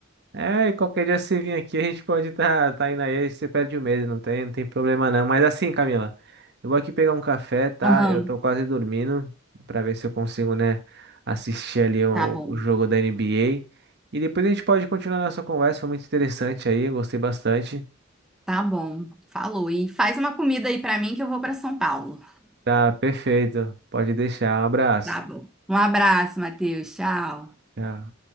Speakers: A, on the right (about 55°); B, in the centre.
A: É, e qualquer dia você vir aqui, a gente pode estar tá, tá indo aí, você perde o medo, não tem, não tem problema não. Mas assim, Camila, eu vou aqui pegar um café, tá?
B: Aham.
A: Eu tô quase dormindo, pra ver se eu consigo, né, assistir ali o,
B: Tá bom.
A: o jogo da NBA. E depois a gente pode continuar nossa conversa, foi muito interessante aí, eu gostei bastante.
B: Tá bom. Falou. E faz uma comida aí pra mim que eu vou pra São Paulo.
A: Tá, perfeito, pode deixar, um abraço.
B: Tá bom. Um abraço, Matheus. Tchau.
A: Tchau.